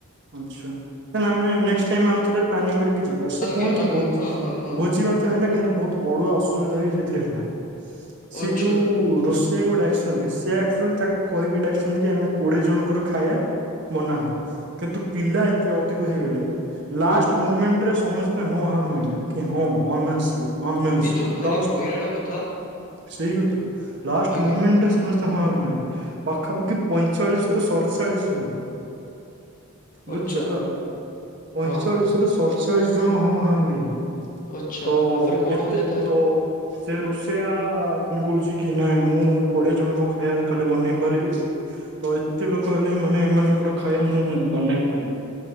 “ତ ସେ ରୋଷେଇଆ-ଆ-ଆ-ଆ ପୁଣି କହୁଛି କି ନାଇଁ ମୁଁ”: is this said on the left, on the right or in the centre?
Right